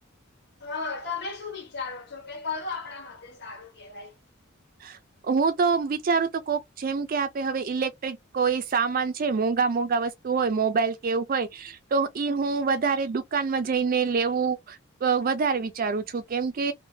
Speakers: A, on the left; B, on the right.
A: હા તમે શું. વિચારો છો કે કરું આપણા માટેથે સારું કહેવાય.
B: હા. હું તો વિચારું તો કોક જેમ કે આપે હવે ઈલેક્ટ્રિક કોઈ સામાન છે મોંઘા મોંઘા વસ્તુ. હોય મોબાઈલ કેવું હોય તો ઈ હું વધારે દુકાનમાં જઈને લેવું. વધારે વિચારું છું કેમ કે